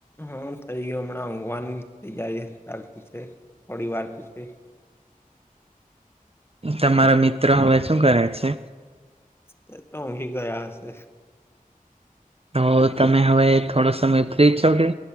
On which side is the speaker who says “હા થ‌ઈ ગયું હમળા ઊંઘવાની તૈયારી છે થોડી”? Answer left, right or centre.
Left